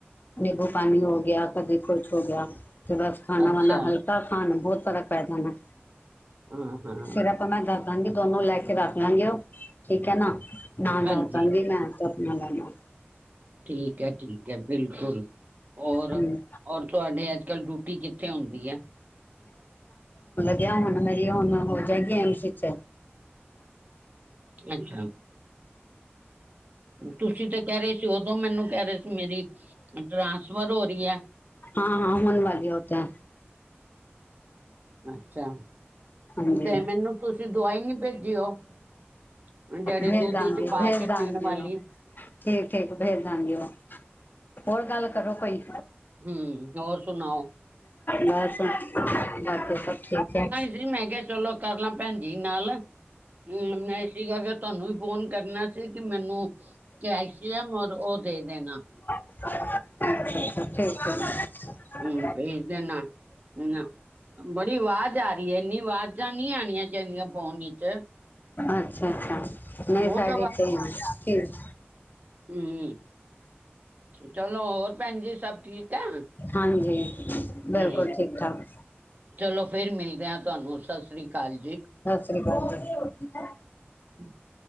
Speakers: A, on the left; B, on the right.
A: ਨਿੰਬੂ ਪਾਨੀ ਹੋ ਗਿਆ ਕਦੇ ਕੁੁਛ ਹੋ ਗੇਆ ਤੇ ਬਸ ਖਾਨਾ-
B: ਅੱਛਾ
A: ਵਾਨਾ ਹਲਕਾ ਖਾਨ ਬਹੁਤ ਫਰਕ ਪੈ ਜਾਨਾ
B: ਹਾਂ ਹਾਂ
A: ਸਿਰਪ ਮੈਂ ਦੱਸ ਦਾਂਗੀ ਦੋਨੋ ਲੈ ਕੇ ਰੱਖ ਲਾਂਗੇ ਉਹ ਠੀਕ ਹੈ ਨਾ ਨਾ
B: ਹਾਂਜੀ
A: ਦੱਸ ਦਾਗੀ ਮੈਂ ਤੇ ਆਪਨਾ ਲੈਨਾ
B: ਠੀਕ ਹੈ ਠੀਕ ਹੈ ਬਿਲਕੁਲ, ਔਰ
A: ਹੂੰ
B: ਔਰ ਤੁਹਾਡੇ-' ਅੱਜ ਕੱਲ ਡਿਊਟੀ ਕਿੱਥੇ ਹੁੰਦੀ ਐ
A: ਕਿ ਹੁਨ ਮੇਰੀ ਹੁਨ ਹੋ ਜਾਏਗੀ ਐਮਸ ਵਿਚ
B: ਅੱਛਾ ਤੁਸੀਂ ਤੇ ਕਹਿ ਰਹੇ ਸੀ, ਉਦੋਂ ਮੈਨੂੰ ਕਹਿ ਰਹੇ ਸੀ ਮੇਰੀ ਟਰਾਂਸ ਸਫਰ ਹੋ ਰਈ ਐ
A: ਹਾਂ ਹਾਂ ਹੋਨ ਵਾਲੀ ਉਹ ਤੇ
B: ਅੱਛਾ,
A: ਹਾਂਜੀ
B: ਤੇ ਮੈਨੂੰ ਤੁਸੀਂ ਦਵਾਈ ਨੀ ਤੇ ਉਹ ਜਿਹੜੇ
A: ਭੇਜ
B: ਦੁੱਧੀ
A: ਦਾਂਗੀ
B: 'ਚ ਪਾ
A: ਭੇਜ
B: ਕੇ
A: ਦਾਂਗੀ
B: ਪੀਨ ਵਾਲੀ
A: ਉਹ ਠੀਕ ਹੈ ਜੀ ਭੇਜ ਦਾਂਗੀ ਉਹ, ਹੋਰ ਗੱਲ ਕਰੋ ਕੋਈ
B: ਹੂੰ ਹੋਰ ਸੁਣਾਓ
A: ਬਸ ਬਾਕੀ ਸਭ ਠੀਕ ਹੈ
B: ਏਦਾਂ ਹੀ ਮੈਂ ਕਿਹਾ ਚਲੋ ਕਰ ਲਾਂ ਪੈਨ ਜੀ ਨਾਲ ਹੂੰ ਮੈਂ ਇਸੀ ਕਰਕੇ ਤੁਹਾਨੂੰ ਵੀ ਫੋਨ ਕਰਨਾ ਸੀ ਕਿ ਮੈਨੂੰ ਕੈਲਸ਼ੀਅਮ ਔਰ ਉਹ ਦੇ ਦੇਨਾ
A: <unintelligible> ਠੀਕ ਹੈ।
B: ਹੁਨ ਭੇਜ ਦੇਨਾ ਨਾ ਨਾ ਬੜੀ ਆਵਾਜ਼ ਆ ਰਈ ਏ ਏਨੀ ਆਵਾਜ਼ਾਂ ਨਹੀਂ ਆਨੀਆ ਚਾਹੀਦੀਆਂ ਫ਼ੋਨ ਇਚ
A: ਅੱਛਾ ਅੱਛਾ ਨਹੀਂ
B: ਬਹੁਤ
A: ਸਾਡੇ ਏਦਾਂ ਹੀ ਠੀਕ
B: ਹੰ ਚਲੋ ਹੋਰ ਪੈਨ ਜੀ ਸਭ ਠੀਕ ਐ
A: ਹਾਂਜੀ ਬਿਲਕੁਲ
B: ਹੰ
A: ਠੀਕ ਠਾਕ
B: ਚਲੋ ਫਿਰ ਮਿਲਦੇ ਆ ਤੁਹਾਨੂੰ ਸਤਿ ਸ੍ਰੀ ਅਕਾਲ ਜੀ
A: ਸਤਿ ਸ਼੍ਰੀ ਅਕਾਲ ਜੀ
B: ਹੂੰ